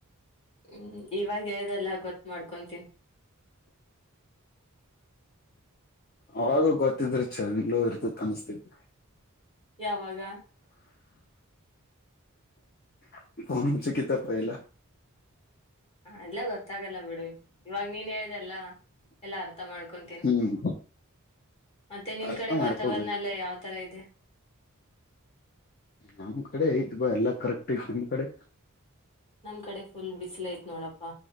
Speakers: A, on the left; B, on the left.
A: ಹ್ಮ್ ಇವಾಗ ಹೇಳಿದೆಲ್ಲ ಗೊತ್ ಮಾಡ್ಕೊತೀನಿ
B: ಅವಾಗ ಗೊತ್ತಿದ್ರೆ ಚ ಇಲ್ಲೂ ಇರ್ತ ಅನ್ಸ್ತಿದ
A: ಯಾವಾಗ
B: <unintelligible> ಕತ್ತ ಪಹಲ್ಲ
A: ಹ ಎಲ್ಲ ಗೊತ್ತಾಗಲ್ಲ ಬಿಡು ಇವಾಗ ನೀನ್ ಹೇಳ್ದಲ್ಲಾ ಎಲ್ಲ ಅರ್ ಅರ್ಥ ಮಾಡ್ಕೊಂತೀನಿ
B: ಹ್ಮ್
A: ಮತ್ತೆ ನಿಮ್
B: ಅರ್ಥ
A: ಕಡೆ
B: ಮಾಡ್ಕೋಬೇಕು
A: ವಾತಾವರಣ ಎಲ್ಲ ಯಾವ್ ತರ ಇದೆ.
B: ನಮ್ ಕಡೆ ಐತ್ ಬಾ ಎಲ್ಲಾ ಕರೆಕ್ಟ್ ಐತ್ ನಿಮ್ ಕಡೆ
A: ನಮ್ ಕಡೆ ಫುಲ್ ಬಿಸಿಲ ಐತ್ ನೋಡಪ್ಪಾ